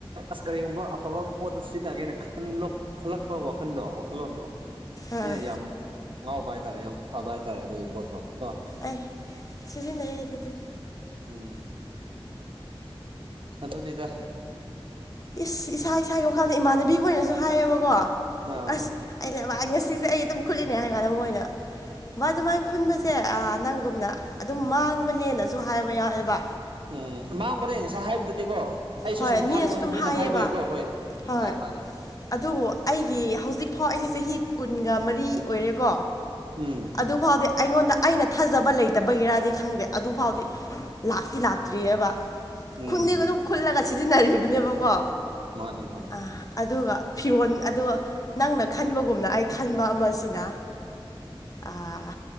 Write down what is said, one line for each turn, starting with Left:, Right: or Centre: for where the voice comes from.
Right: ꯑꯁ ꯀꯔꯤꯒꯨꯝꯕ ꯑꯐꯕ ꯄꯣꯠꯇ ꯁꯤꯖꯤꯟꯅꯒꯦꯅ ꯈꯟꯂꯣꯛ ꯈꯟꯂꯛꯄ ꯋꯥꯈꯟꯗꯣ ꯋꯥꯈꯟꯂꯣꯟꯗꯣ
Left: ꯑꯥ
Right: ꯑꯩꯅ ꯌꯥꯝ ꯉꯥꯎꯕ ꯍꯥꯏꯇꯥꯔꯦ ꯌꯥꯝ ꯐꯕ ꯍꯥꯏꯇꯥꯔꯦ ꯑꯗꯨꯏ ꯄꯣꯠꯇꯣ ꯀꯣ
Left: ꯑꯩ ꯁꯤꯖꯤꯟꯅꯩ ꯑꯩꯗꯤ ꯑꯗꯨꯝ
Right: ꯎꯝ ꯥꯑꯗꯨꯅꯤꯗ
Left: ꯏꯁ ꯏꯁꯥ ꯏꯁꯥꯒꯤ ꯋꯥꯈꯜꯗ ꯏꯃꯥꯟꯅꯕꯤ ꯈꯣꯏꯅꯁꯨ ꯍꯥꯏꯌꯦꯕꯀꯣ
Right: ꯑꯥ
Left: ꯑꯁ ꯑꯩꯅ ꯚꯥꯏ ꯉꯁꯤꯁꯦ ꯑꯩ ꯑꯗꯨꯝ ꯈꯨꯟꯂꯤꯅꯦ ꯍꯥꯏꯔ ꯀꯥꯟꯗ ꯃꯣꯏꯅ ꯕꯥꯏ ꯑꯗꯨꯃꯥꯏꯟ ꯈꯨꯟꯕꯁꯦ ꯑꯥ ꯅꯪꯒꯨꯝꯅ ꯑꯗꯨꯝ ꯃꯥꯡꯕꯅꯦꯅꯁꯨ ꯍꯥꯏꯕ ꯌꯥꯎꯋꯦꯕ
Right: ꯎꯝ ꯃꯥꯡꯕꯅꯦ ꯉꯁꯥꯏ ꯍꯥꯏꯕꯗꯨꯗꯤꯀꯣ ꯑꯩꯁꯨ
Left: ꯍꯣꯏ
Right: ꯁꯨꯝ ꯍꯥꯏꯕꯅꯦ
Left: ꯃꯤꯅꯁꯨ ꯑꯗꯨꯝ
Right: ꯃꯤꯅ
Left: ꯍꯥꯏꯌꯦꯕ
Right: ꯍꯥꯏꯕꯒꯤꯀꯣ ꯍꯣꯏ
Left: ꯍꯣꯏ
Right: ꯃꯥꯅꯦ ꯃꯥꯅꯦ
Left: ꯑꯗꯨꯕꯨ ꯑꯩꯒꯤ ꯍꯧꯖꯤꯛ ꯐꯥꯎ ꯑꯩꯁꯦ ꯆꯍꯤ ꯀꯨꯟꯒ ꯃꯔꯤ ꯑꯣꯏꯔꯦꯀꯣ
Right: ꯎꯝ
Left: ꯑꯗꯨ ꯐꯥꯎꯗꯤ ꯑꯩꯉꯣꯟꯗ ꯑꯩꯅ ꯊꯥꯖꯕ ꯂꯩꯇꯕꯒꯤꯔꯗꯤ ꯈꯪꯗꯦ ꯑꯗꯨꯐꯥꯎꯗꯤ ꯂꯥꯛꯇꯤ ꯂꯥꯛꯇ꯭ꯔꯤꯌꯦꯕ
Right: ꯎꯝ
Left: ꯈꯨꯟꯗꯤ ꯑꯗꯨꯝ ꯈꯨꯜꯂꯒ ꯁꯤꯖꯤꯟꯅꯔꯤꯕꯅꯦꯕꯀꯣ
Right: ꯃꯥꯅꯦ ꯃꯥꯅꯦ
Left: ꯑꯥ ꯑꯗꯨꯒ ꯐꯤꯔꯣꯟ ꯑꯗꯣ ꯅꯪꯅ ꯈꯟꯕꯒꯨꯝꯅ ꯑꯩ ꯈꯟꯕ ꯑꯃꯁꯤꯅ ꯑꯥ